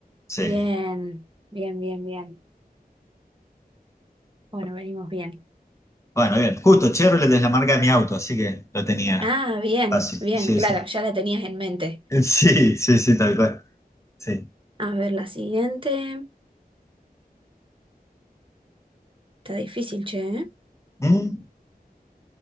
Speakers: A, on the left; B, on the right.
A: Sí.
B: Bien, bien, bien, bien. Bueno, venimos bien.
A: Bueno, bien. Justo, Chevrolet es la marca de mi auto, así que lo tenía
B: Ah, bien,
A: fácil.
B: bien,
A: Sí,
B: claro,
A: sí.
B: ya la tenías en mente.
A: <laughs> Sí, sí, sí, tal cual. Sí.
B: A ver, la siguiente. Está difícil, che, ¿eh?
A: Mm.